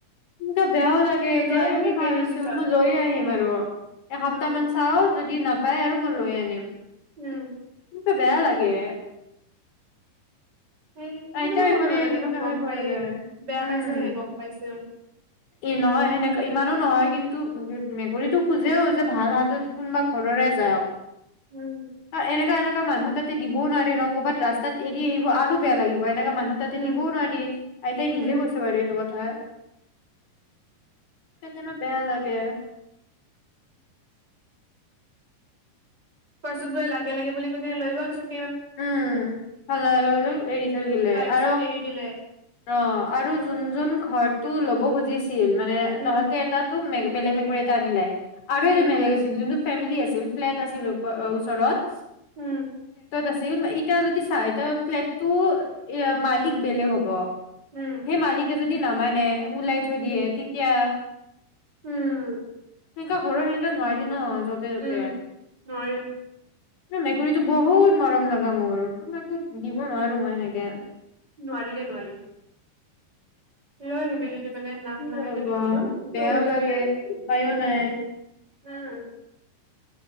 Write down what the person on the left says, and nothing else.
কিন্তু বেয়াও লাগে এতিয়া,
এইবোৰ
ভাবিছো
মই লৈয়ে আহিম আৰু এসপ্তাহ
মান চাও যদি না পাই আৰু মই লৈয়ে আনিম।
এনেকা বেয়া লাগে।
আইতাও
এইফালে
সেনেকাহে
কৰে
যায়
উম
নহয়, সেনেকা ইমানো নহয় কিন্তু মেকুৰীটো খোজেও যে ভাল হাতত, কোনোবা ঘৰৰে যায় আও।
অ' এনে কাৰণত মানুহ তাতে দিবও নোৱাৰে ন ক'ৰবাত ৰাস্তাত এৰি আহিব আৰু বেয়া লাগিব। এনেকা মানুহ তাতে
দিবও নোৱাৰি, আইতাই
নিজে কৈছে বাৰু এইটো কথা। সেইকাৰণে বেয়া লাগে।
<unintelligible> এৰি থৈ গিলে
আৰু,
অ', আৰু যোন যোন ঘৰটো লব বুজি কি মানে
তহঁতে এটাটো বেলেগ মেকুৰী এটা আনিলে। আৰু
এটা মেমে কৈছিল ফেমিলি আছিল ফ্লেট আছিল উপ-ওচৰত
আছিল, এতিয়া যদি চা এতিয়া ফ্লেট টো এ মালিক বেলেগ হ'ব।
সেই মালিকে সি মানে ওলাই থৈ দিয়ে,
তেতিয়া।
সেনকা ঘৰৰ সেনেকে নোৱাৰি ন য'তে ত'তে
ন মেকুৰীটো বহুত মৰম লগা মোৰ, <unintelligible> দিব নোৱাৰো মই সেনেকে।
<unintelligible>
বেয়াও
লাগে
উপ-উপায়ও নাই।